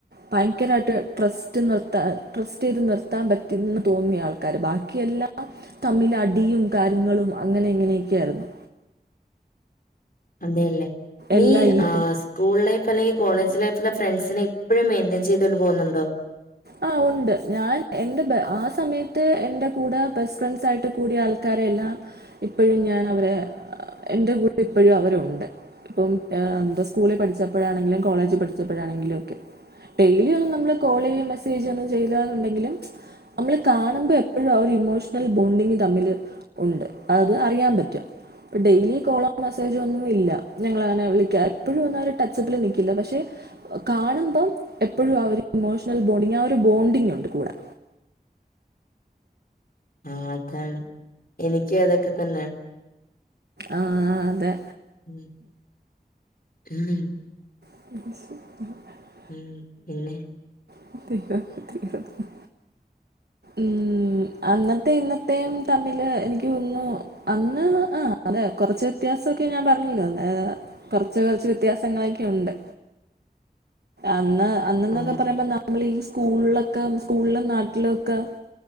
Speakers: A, on the right; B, on the left.
A: ഭയങ്കരായിട്ട് ട്രസ്റ്റ് നിർത്താ ട്രസ്റ്റ് ചെയ്ത് നിർത്താൻ പറ്റുന്ന് തോന്നിയ ആൾ ആൾക്കാര് ബാക്കിയെല്ലാം തമ്മില് അടിയും കാര്യങ്ങളും അങ്ങനെ ഇങ്ങനെയൊക്കെ ആയിരുന്നു
B: അതെയല്ലേ നീ
A: എല്ലാ ഈ
B: ആഹ് സ്കൂൾ ലൈഫ് അല്ലെങ്കിൽ കോളേജ് ലൈഫിലെ ഫ്രണ്ട്സിനെ ഇപ്പയും മെയിന്റയിൻ ചെയ്തു കൊണ്ട് പോകുന്നുണ്ടോ
A: ആഹ് ഉണ്ട് ഞാൻ എന്റെ ആ സമയത്ത് എന്റെ കൂടെ ബെസ്റ്റ് ഫ്രണ്ട്സ് ആയിട്ട് കൂടി ആൾ ആൾക്കാരെല്ലാം ഇപ്പഴും ഞാൻ അവരെ എൻ്റെ കൂടെ ഇപ്പഴും അവരുണ്ട് ഇപ്പം എന്താ സ്കൂളിൽ പഠിച്ചപ്പോഴാണെങ്കിലും കോളേജ് പഠിച്ചപ്പോഴാണെങ്കിലും ഒക്കെ ഡെയിലി ഒന്നും നമ്മള് കോള് ചെയോ മെസ്സേജ് ഒന്നും ചെയ്യില്ലന്നുണ്ടെങ്കിലും നമ്മള് കാണുമ്പോ എപ്പഴും ആ ഒരു ഇമോഷണൽ ബോണ്ടിങ് തമ്മില് ഉണ്ട് അത് അറിയാൻ പറ്റും ഇപ്പ ഡെയിലി കോളോ മെസ്സേജോ ഒന്നും ഇല്ല ഞങ്ങള അങ്ങനെ വിളിക്കുക എപ്പോഴും വന്നാലും ടച്ചപ്പിൽ നിൽക്കില്ല പക്ഷെ കാണുമ്പം എപ്പോഴും ആ ഒരു ഇമോഷണൽ ബോണ്ടിങ് ആ ഒരു ബോണ്ടിങ് ഉണ്ട് കൂടെ
B: ആഹ് അതാണ് എനിക്കും അതൊക്കെ തന്നെ
A: ആഹ് അതെ
B: ഉം <unintelligible>
A: <unintelligible>
B: ഉം പിന്നെ
A: <unintelligible> ഉം അന്നത്തെ ഇന്നത്തെയും തമ്മില് എനിക്ക് ഒന്നും അന്ന് ആഹ് അതെ കുറച്ച് വ്യത്യാസോക്കെ ഞാൻ പറഞ്ഞല്ലോ ന്നേ കുറച്ച് കുറച്ച് വ്യത്യാസങ്ങളൊക്കെ ഉണ്ട് അന്ന് അന്നന്നൊക്കെ
B: ആ
A: പറയുമ്പോ നമ്മൾ ഈ സ്കൂൾലൊക്കെ സ്കൂളിലും നാട്ടിലൊക്കെ